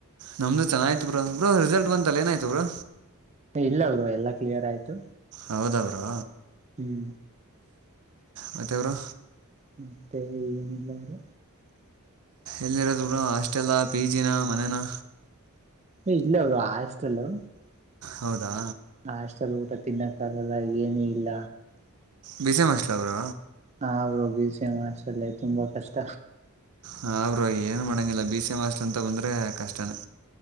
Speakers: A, on the right; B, on the right.
A: ನಮ್ದು ಚೆನ್ನಾಗ್ ಆಯ್ತು ಬ್ರೋ ರಿಸಲ್ಟ್ ಬಂತಲ್ಲ ಏನಾಯ್ತ ಬ್ರೋ
B: ಇಲ್ಲ ಬ್ರೋ ಎಲ್ಲಾ ಕ್ಲಿಯರ್ ಆಯ್ತು
A: ಹೌದಾ ಬ್ರೋ
B: ಹ್ಮ್
A: ಮತ್ತೆ ಬ್ರೋ
B: ಮತ್ತೆ ಏನಿಲ್ಲಾ ಬ್ರೋ
A: ಎಲ್ಲಿರೋದು ಬ್ರೋ ಹಾಸ್ಟೆಲ್ಲಾ ಪಿ ಜಿ ನಾ ಮನೇನಾ
B: ಏ ಇಲ್ಲ ಬ್ರೋ ಹಾಸ್ಟೆಲು
A: ಹೌದಾ
B: ಹಾಸ್ಟೆಲ್ ಊಟ ತಿನ್ನಕ್ಕ ಆಗಲ್ಲ ಏನ ಇಲ್ಲ
A: ಬಿಸಿಎಂ ಹಾಸ್ಟೆಲ್ ಬ್ರೋ
B: ಹಾ bro B C M hostel ತುಂಬಾ ಕಷ್ಟ
A: ಹಾ ಬ್ರೋ ಏನುೂ ಮಾಡೋಂಗಿಲ್ಲ ಬಿ ಸಿ ಎಂ ಹಾಸ್ಟೆಲ್ ಅಂತ ಬಂದರೆೆ ಕಷ್ಟನೇ